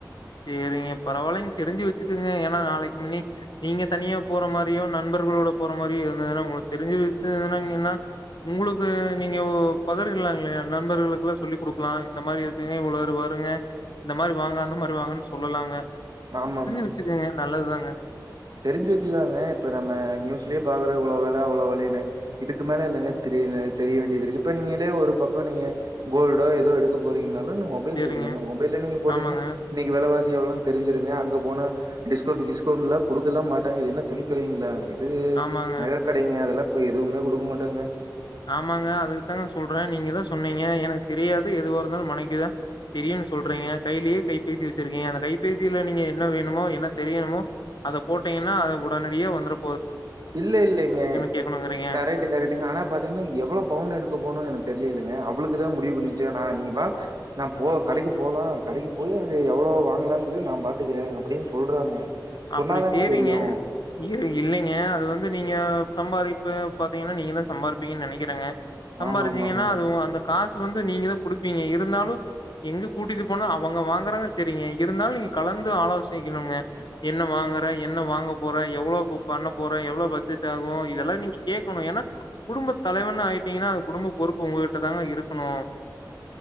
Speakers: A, on the left; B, on the right.
A: சேரிங்க பரவாயில்லைங்க தெரிஞ்சு வெச்சுக்குங்க ஏனா நாளைக்கு முன்னி நீங்க தனியா போற மாரியு நண்பர்களோட போற மா இது மாரி இருந்துதுனா உங்ளுக்கு தெரிஞ்சி வித்துதுனா இங்கினா உங்குளுக்கு நீங்க பகிர்லா இல்லயா நண்பர்களுக்குலா சொல்லி குடுக்கலா இந்த மாரி இருக்குங்க இவ்ளோரு வருங்க இந்த மாரி வாங்னாதா வாங்கனு சொல்லலாங்க
B: ஆமாமாங்
A: வச்சுக்கங்க. நல்லதுதாங்க.
B: தெரிஞ்சி வெக்கலாங்க இப்ப நம்ம நியூஸ்லயே பாக்குற இவ்ளோ வெல அவ்ளோ வெலனு இதுக்கு மேல என்னங்க தெரினு தெரிய வேண்டியது இருக்கு இப்ப நீங்களே ஒரு பக்கம் நீங்க கோல்டோ ஏதோ எடுக்க போறீங்கன்னா <unintelligible> மொபைல்
A: சேரிங்க.
B: இருக்குலங்க மொபைல நீங்க போட்டீங்கனா
A: ஆமாங்க.
B: நீங்க வெலவாசி எவ்ளோ தெரிஞ்சிருங்க அங்க போனா டிஸ்கவுண்ட் கிஸ்கவுண்ட்டுல குடுக்கலா மாட்டாங்க இது என்னா துணி கடையிங்களா இது
A: ஆமாங்க.
B: நக கடைங்க அதுலா கு எதுவுமே குடுக்க மாட்டாங்க
A: ஆமாங்க அதுக்குதா சொல்ற நீங்கதா சொன்னீங்க எனக்கு தெரியாது எதுவா இருந்தாலு மனைவிக்குதா தெரியுனு சொல்றீங்க கையிலயே கை பேசி வச்சிருக்கீங்க அந்த கைப்பேசியில நீங்க என்ன வேணு மோ என்ன தெரியணுமோ அதை போட்டீங்கன்னா அது உடனடியா வந்துடு
B: இல்ல இல்லலைங்க
A: கேட்கணுங்கிறீங்க?
B: கரெக்ட் கரெக்டுங்க ஆனா பாத் அது என்ன எவ்ளோ பவுன் எடுக்க போணுனு எனக்கு தெரிலிலிங்க அவளுக்குதா முடிவு பண்ணி வெச்ச நா நீ வா நா போ கடைக்கு போலா கடைக்கு போய் அங்க எவ்ளோ வாங்க்லானு சொல்லி நா பாத்துக்கிறே அப்டின்னு சொல்றாங்க
A: அப்படி
B: சொன்னாதாங்க
A: சேரிங்க
B: தெரியு
A: இரு இல்லைங்க அது வந்து நீங்க சம்பாரிப்ப பாத்தீங்கன்னா நீங்கதா சம்பாரிப்பீங்கனு நெனைக்கிறங்க சம்பாரிச்சீங்கனா
B: ஆமா ஆமாங்க
A: அதுவு அந்த காசு அது வந்து நீங்கதா குடுப்பீங்க இருந்தாலு எங்க கூட்டிட்டு போனா அவங்க வாங்கறாங்க செரிங்கே இருந்தாலு நீங்க கலந்து ஆலோசிக்கணுங்க என்ன வாங்குற என்ன வாங்க போற எவ்ளோக்கு பண்ண போற எவ்ளோ பட்ஜட் ஆகு இதலா நீங்க கேட்குணு ஏனா குடும்பத் தலைவண் ஆயி டீங்கனா அந்த குடும்ப பொறுப்பு உங்ககிட்ட தாங்க இருக்குணு